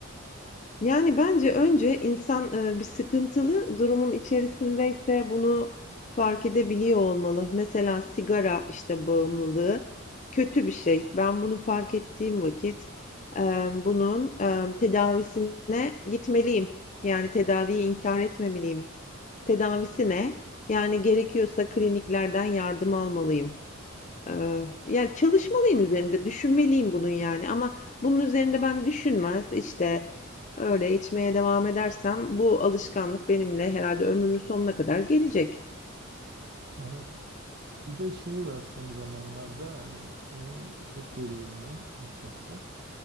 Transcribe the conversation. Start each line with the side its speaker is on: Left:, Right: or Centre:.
Left: Yani, bence önce insan, eee, bir sıkıntılı durumun içerisindeyse bunu fark edebiliyor olmalı. Mesela sigara, işte, bağımlılığı kötü bir şey. Ben bunu fark ettiğim vakit, emm, bunun, emm, tedavisine gitmeliyim. Yani, tedaviyi inkar etmemeliyim. Tedavisi ne? Yani, gerekiyorsa kliniklerden yardım almalıyım. Eee, ya, çalışmalıyım üzerinde, düşünmeliyim bunun yani ama bunun üzerinde ben düşünmez, işte, öyle içmeye devam edersem bu alışkanlık benimle herhalde ömrümün sonuna kadar gelecek.
Right: Evet. Bir de şey var son zamanlarda yani onu çok görüyorum ben etrafta.